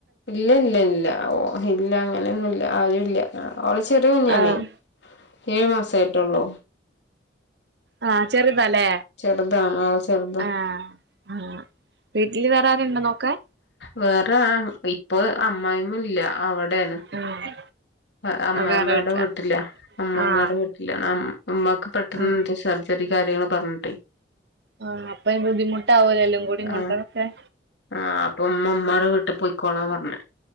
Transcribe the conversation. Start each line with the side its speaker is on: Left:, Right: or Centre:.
Left: ഇല്ല ഇല്ല ഇല്ല ഓ ഇല്ല അങ്ങനെയൊന്നൂല്ല ആരു ഇല്ല അവളെ ചെറിയ കുഞ്ഞാണേ.
Right: ആഹ്
Left: ഏഴ് മാസ ആയിട്ടുള്ളൂ
Right: ആ ചെറുതാല്ലേ.
Left: ചെറുതാണ് ആള് ചെറുതാ
Right: ആ ആ വീട്ടില് വേറാരുണ്ടൊ നോക്കാൻ?
Left: വേറെ അം ഇപ്പ അമ്മായിമ്മ ഇല്ല അവിടേണ്
Right: ആഹ്
Left: അ അമ്മായിമ്മടെ
Right: വേറെ വീട്ടിലാ
Left: വീട്ടില. അമ്മായിമ്മടെ
Right: ആഹ്
Left: വീട്ടിലാണ്. അം ഇമ്മാക്ക് പെട്ടെന്ന്
Right: ആഹ്
Left: സർജറി കാര്യങ്ങൾ പറഞ്ഞിട്ടെ
Right: ആഹ് അപ്പൊ ബുദ്ധിമുട്ടാവൂലോ എല്ലാം കൂടി
Left: ആ
Right: കൊണ്ടൊക്കെ
Left: ആ അപ്പൊ ഉമ്മഉമ്മാടെ വീട്ടി പൊയിക്കോളാ പർഞ്